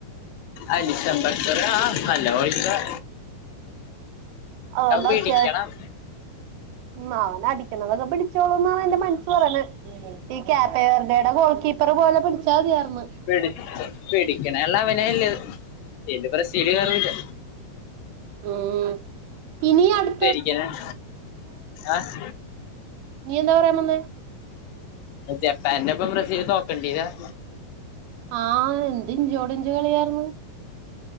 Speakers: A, on the left (about 85°); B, on the right (about 85°).
A: അലിഷം ബക്കറ് ആഹ് നല്ല ഗോൾ കീപറാ.
B: അതോണ്ട്
A: പിടിക്കണം
B: അത്യാശ് മ് അവനടിക്കണതൊക്കെ പിടിച്ചോളുന്നാണ് എന്റെ മനസ് പറയ്‌ന്നേ. ഈ ക്യാപ്പെവെർദേടെ ഗോൾ കീപ്പർ പോലെ പിടിച്ചാതിയായിർന്ന്.
A: പിടിച്ച് പിടിക്കണള്ള അവനല്ല ഇല് ബ്രസീല് കേറൂല്ല.
B: ഉഹ് ഇനി അടു
A: ജനിക്കണെൻ ആഹ്
B: ഇനി എന്താ പറയാൻ വന്നെ?
A: ജപ്പാൻ്റൊപ്പം ബ്രസീൽ തോക്കേണ്ടിരാർന്നു.
B: ആഹ് എന്തിഞ്ചോടിഞ്ച് കളിയായിർന്ന്.